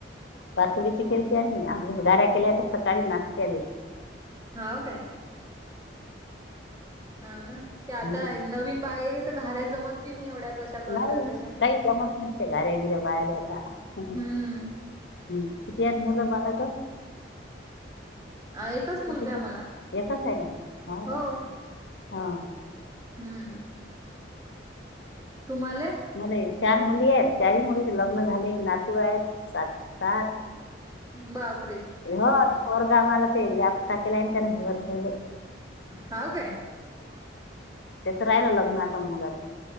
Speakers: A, on the left; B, on the right.
A: बातोडीची केलते आणि आंस गार्या केल्या त्या सकाळी नाचतेले
B: हा काय हा ना ते आता
A: हं.
B: नवीन बाहेर तर घाऱ्या जमत पी नाही एवढ्या कशा करतात
A: नाही
B: कशा
A: काही जमत नसते घऱ्यागिऱे बाहेल्याता ह
B: हम्म
A: कतीत मुलं मलात
B: अ, एकच मुलगा
A: येतच
B: आहे मला
A: आहे का
B: हो
A: का हा
B: हम्म. तुम्हाला?
A: मला हे चार मुली आहेत चार मुलीचे लग्न झाले नातू आहेत सात
B: बापरे
A: हो परगा मला पले आपता केला त्या नाही वर खेळले
B: हव का
A: त्याचं राहिलं लग्न आता मुलाच